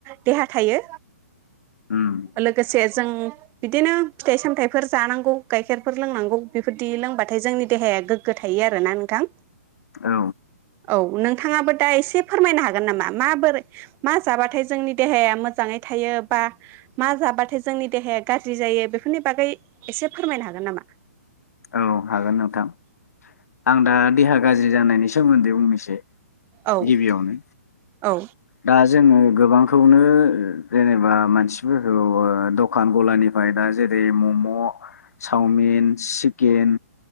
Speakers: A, on the right; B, on the left.
A: देहा थायो।
B: उम
A: ओ लोगोस से जों बिदिनो फिथाइ सामथायाइफोर जानांगौ गाइखेरफोर लोंनांगौ बेफोरदि लोंबाथाय जोंनि देहाया गोग्गो थायो आरोना नों थां
B: औ
A: औ नोंथाङाबो दा एसे फोरमायनो हागोन नामा? माबोरै मा जाबाथाय जोंनि देहाया मोजाङै थायो बा मा जाबाथाय जोंनि देहाया गाज्रि जायो बेफोरनि बागै एसे फोरमायनो हागोन नामा?
B: औ हागोन नोंथां आं दा देहा गाज्रि जानायनि सोमोन्दै बुंनोसो
A: औ
B: गिबियावनो
A: औ
B: दा जोङो गोबांखौनो ओ जेनेबा मानसिफोरखौ दखान गलानिफ्राय दा जेरै मम' म' साउमिन सिक केन